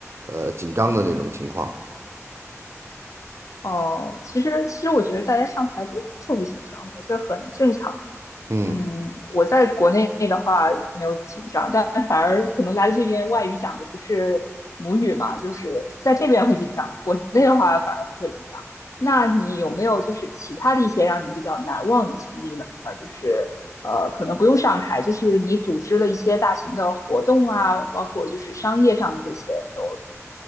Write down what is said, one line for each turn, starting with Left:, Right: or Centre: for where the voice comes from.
Right: 呃紧张的那种情况。
Left: 哦、其实其实我觉得大家上台都是会紧张的，这很正常。
Right: 嗯，
Left: 嗯，我在国内的话没有紧张，但反而可能来了这边外语讲的不是母语嘛，就是在这边会紧张，国内的话反而不会紧张。那你有没有就是其他的一些让你比较难忘的经历呢？就是呃，可能不用上台，就是你组织了一些大型的活动啊，包括就是商业上的这些都 OK，